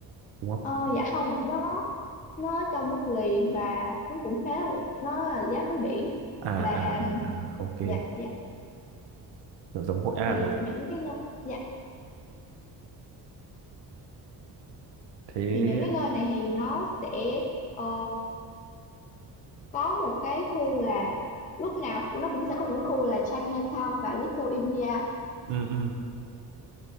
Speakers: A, on the right; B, on the left.
A: đúng không
B: ờ, dạ không ạ nó nó trong đất liền và nó cũng khá là, nó là giáp với biển
A: à
B: và
A: à à, à ok
B: dạ dạ
A: kiểu giống Hội An
B: thì
A: à
B: những cái nơi dạ
A: thế
B: thì những cái nơi này thì nó sẽ ờ, có một cái khu là lúc nào nó cũng sẽ có một cái khu là Chinatown và Little India
A: ừ, ừ.